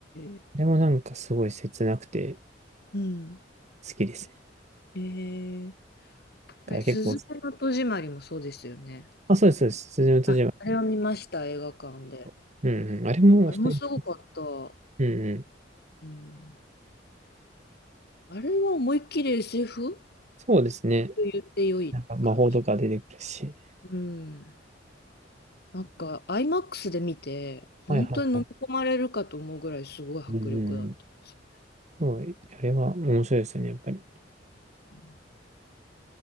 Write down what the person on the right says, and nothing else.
あれもなんかすごい切なくて
好きですね。
だから結構、
あ、そうです、そうです。辻の戸締まり
と。うんうん。あれも普通に、
うんうん。
そうですね。
なんか魔法とか出てくるし。
はいはいはい。うんうんうん。そう、あれは面白いですよね、やっぱり。